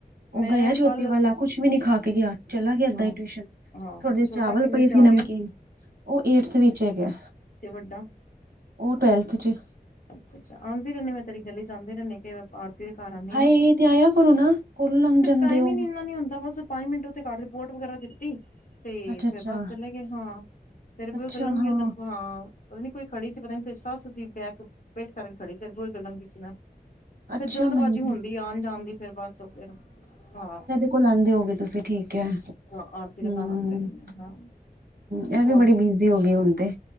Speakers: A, on the right (about 70°); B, on the left (about 55°).
A: ਉਹ
B: ਮੈਂ
A: ਗਿਆ ਛੋਟੀ
B: ਕੱਲ
A: ਵਾਲਾ, ਕੁਛ ਵੀ ਨੀ ਖਾ ਕੇ ਗਿਆ। ਚਲਾ ਗਿਆ ਏਦਾਂ
B: ਹਾਂ
A: ਈ ਟਿਊਸ਼ਨ।
B: ਹਾਂ
A: ਥੋੜੇ ਜਿਹੇ
B: ਛੋਟਾ
A: ਚਾਵਲ
B: ਕਿੰਨਵੀ
A: ਪਏ
B: ਚ ਆ
A: ਸੀ, ਨਮਕੀਨ।
B: ਗਿਆ
A: ਉਹ ਏਟਥ ਵਿੱਚ ਹੈਗਾ।
B: ਤੇ ਵੱਡਾ
A: ਓ ਟਵੈਲਥ 'ਚ।
B: ਅੱਛਾ -ਅੱਛਾ, ਆਂਦੀ ਰਹਿੰਨੀ ਆ ਮੈ ਤੇਰੀ ਗਲੀ 'ਚ ਆਂਦੀ ਰਹਿੰਨੀ। ਫਿਰ, ਆਪਾਂ ਆਰਤੀ ਦੇ ਘਰ ਆਂਨੀ
A: ਹਾਏ
B: ਆ ਨਾ,
A: ਤੇ ਆਇਆ ਕਰੋ ਨਾ ਕੋਲ ਲੰਘ
B: ਫਿਰ
A: ਜਾਂਦੇ
B: ਟਾਈਮ
A: ਹੋ
B: ਈ ਇੰਨਾ ਨੀ ਹੁੰਦਾ, ਬਸ ਪੰਜ ਮਿੰਟ। ਘਰ ਰਿਪੋਰਟ ਵਗੈਰਾ ਦਿੱਤੀ, ਤੇ
A: ਅੱਛਾ ਅੱਛਾ
B: ਫਿਰ ਬਸ ਚੱਲਾਂਗੇ, ਹਾਂ। ਫਿਰ ਵੀ,
A: ਅੱਛਾ
B: ਉਦਨ ਤੇ ਲੰਘ ਗੀ
A: ਹਾਂ
B: ਏ, ਉਦਨ ਹਾ। ਪਤਾ ਨੀ, ਕੋਈ ਖੜੀ ਸੀ, ਪਤਾ ਨੀ ਤੇਰੀ ਸੱਸ ਸੀ, ਬੈਕ ਪਿੱਠ ਕਰਕੇ ਖੜੀ ਸੀ, ਤੇਰੇ ਬੂਹੇ ਅਗੇ ਲੰਘੀ ਸੀ ਮੈ।
A: ਅੱਛਾ
B: ਫਿਰ ਜਲਦਬਾਜ਼ੀ
A: ਮੈਨੂੰ
B: ਹੁੰਦੀ ਆਣ-ਜਾਣ ਦੀ ਫਿਰ ਬੱਸ ਫਿਰ ਹਾਂ।
A: ਅਗੋ ਲੈਦੇ ਹੋਗੇ ਤੁਸੀਂ ਠੀਕ ਹੈ। ਹੂੰ-ਹੂੰ,
B: ਹਾਂ ਆਰਤੀ ਦੇ ਘਰ ਆਉਂਦੇ ਰਹਿੰਦੇ ਹਾਂ
A: ਇਹ
B: ਹੋਰ
A: ਵੀ ਬੜੀ ਬਿਜੀ ਹੋ ਗਈ ਹੁਣ ਤੇ।